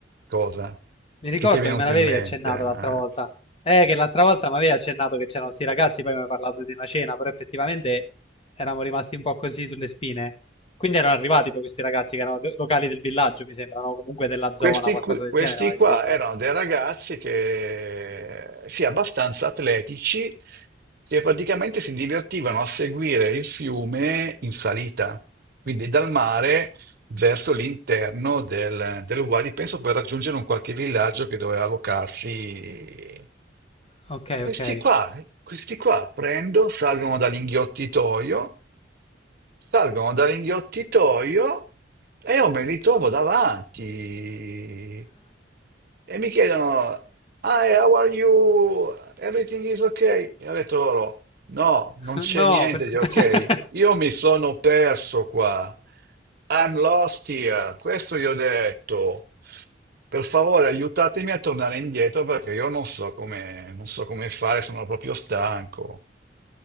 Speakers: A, on the right; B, on the left.
A: Cosa?
B: mi ricordo
A: Che ti è venuto
B: che me l'avevi
A: in mente?
B: accennato
A: eh?
B: l'altra volta. Eh, che l'altra volta mi avevi accennato che c'erano sti ragazzi, poi mi hai parlato di una cena, però effettivamente eravamo rimasti un po' così sulle spine. Quindi erano arrivati poi questi ragazzi che erano de- locali del villaggio, mi sembra, no? Comunque della zona,
A: Questi,
B: qualcosa
A: qui-
B: del
A: questi
B: genere, mi avevi
A: qua
B: detto.
A: erano dei ragazzi che, sì, abbastanza atletici, che praticamente si divertivano a seguire il fiume in salita. Quindi dal mare verso l'interno del, del Wadi, penso per raggiungere un qualche villaggio che doveva allocarsi.
B: Ok,
A: Questi
B: ok.
A: qua, questi qua prendo, salgono dall'inghiottitoio, salgono dall'inghiottitoio e io me li trovo davanti e mi chiedono, "Hi, how are you? Everything is okay?" E ho detto loro, no, non
B: <laughs>
A: c'è
B: No,
A: niente
B: per-
A: di ok. Io mi sono perso qua. I'm lost here. Questo gli ho detto. Per favore, aiutatemi a tornare indietro perché io non so come, non so come fare, sono proprio stanco.